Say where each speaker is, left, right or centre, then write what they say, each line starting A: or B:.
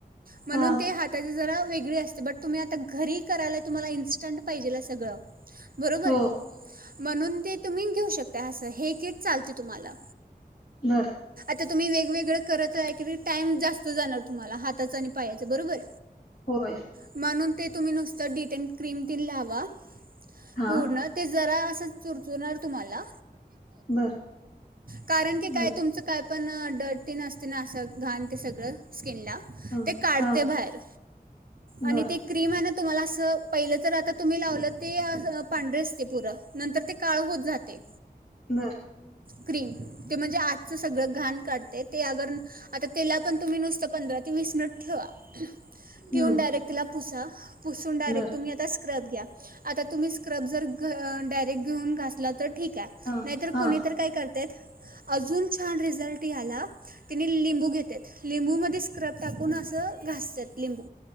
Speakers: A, on the right; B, on the left.
A: म्हणून
B: हा
A: ते हाताचे जरा वेगळी असते बट तुम्ही आता घरी करायला तुम्हाला इन्स्टंट पाहिजे सगळं बरोबर
B: हो
A: म्हणून ते तुम्ही घेऊ शकता हं हे किट चालते तुम्हाला
B: बर
A: आता तुम्ही वेगवेगळं करत रा कीरी टाइम जास्त जाणार तुम्हाला हाताचं आणि पायाचं बरोबर
B: होय
A: म्हणून ते तुम्ही डी टॅन क्रीम ते लावा
B: हा
A: पूर्ण ज ते अस चुरचुरनार तुम्हाला
B: बर
A: कारण की काय
B: बर
A: तुमचं काय पण डर्टी नसते ना ते असं घाण ते सगळं ते
B: हा
A: न काढते
B: हा
A: बाहेर
B: बर
A: आणि ते क्रीम आहे ना तुम्हाला अस पहिलं तर आता तुम्ही लावलं ते पांढरे असते पुर नंतर ते काळ होत जाते
B: बर
A: क्रीम ते म्हणजे आजच सगळं घाण काढते ते अगर आता त्याला पण तुम्ही नुसतं पंधरा ते वीस मिनिट ठेवा
B: हम्म
A: ठेवून डायरेक्ट तिला पुसा पुसून डायरेक्ट
B: बर
A: तुम्ही आता स्क्रब घ्या आता तुम्ही स्क्रब जर घ डायेक्ट घेऊन घातला ठीक आहे
B: हा
A: नाहीतर
B: हा
A: कुणी तर काय करते अजून छान रिझल्ट याला तिने लिंबू घेतेत लिंबूमध्ये स्क्रब टाकून असं घासतात लिंबू.